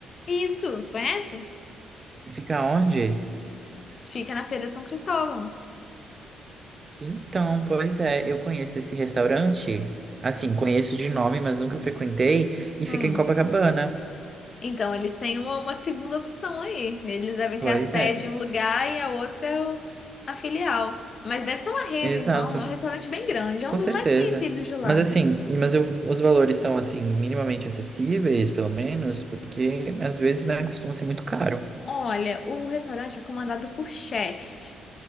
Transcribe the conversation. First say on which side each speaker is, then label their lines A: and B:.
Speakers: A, on the left; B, on the right.
A: Isso, conhece?
B: E fica onde?
A: Fica na Feira de São Cristóvão.
B: Então, pois é, eu conheço esse restaurante. Assim, conheço de nome, mas nunca frequentei. E
A: Hum.
B: fica em Copacabana.
A: Então, eles têm uma, uma segunda opção aí. Eles devem
B: Pois
A: ter a sede
B: é,
A: em um lugar e a outra é o- a filial. Mas deve ser uma rede,
B: exato.
A: então. É um restaurante bem grande. É
B: Com
A: um dos
B: certeza.
A: mais conhecidos de lá.
B: Mas assim, e- mas eu- os valores são assim, minimamente acessíveis, pelo menos, porque às vezes, né, costuma ser muito caro.
A: Olha, o restaurante é comandado por chefe.